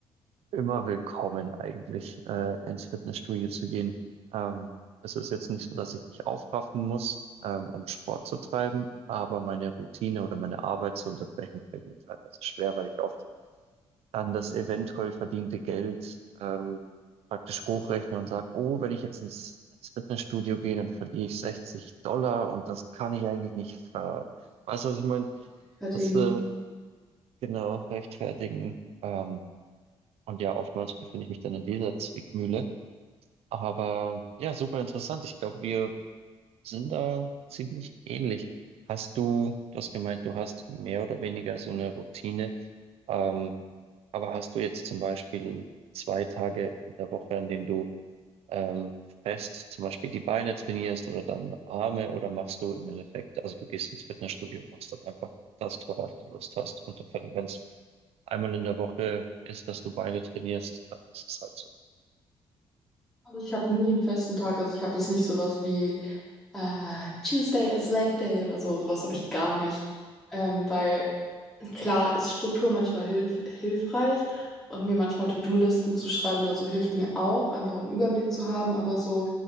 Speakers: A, on the right (about 75°); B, in the centre.
A: immer willkommen eigentlich, äh, ins Fitnessstudio zu gehen. Ähm, es ist jetzt nicht so, dass ich mich aufraffen muss, ähm, um Sport zu treiben, aber meine Routine oder meine Arbeit zu unterbrechen fällt mir teilweise schwer, weil ich oft an das eventuell verdiente Geld, ähm, praktisch hochrechne und sage, oh, wenn ich jetzt ins, ins Fitnessstudio gehe, dann verliere ich 60 Dollar und das kann ich eigentlich nicht ver... Weißt du, was ich meine?
B: Fertigen.
A: Das, äh, genau, rechtfertigen. Ähm, und ja, oftmals befinde ich mich dann in dieser Zwickmühle. Aber ja, super interessant. Ich glaube, wir sind da ziemlich ähnlich. Hast du, du hast gemeint, du hast mehr oder weniger so eine Routine. Ähm, aber hast du jetzt zum Beispiel zwei Tage in der Woche, an denen du ähm, fest zum Beispiel die Beine trainierst oder dann Arme oder machst du im Endeffekt, also du gehst ins Fitnessstudio und machst dann einfach das, worauf du Lust hast. Und wenn es einmal in der Woche ist, dass du Beine trainierst, dann ist es halt so.
B: Also ich habe nie einen festen Tag, also ich habe das nicht sowas wie äh, Tuesday is Leg Day oder so, sowas habe ich gar nicht. Ähm, weil klar ist Struktur manchmal hilf hilfreich und mir manchmal To-Do-Listen zu schreiben oder so hilft mir auch, einfach um Überblick zu haben, aber so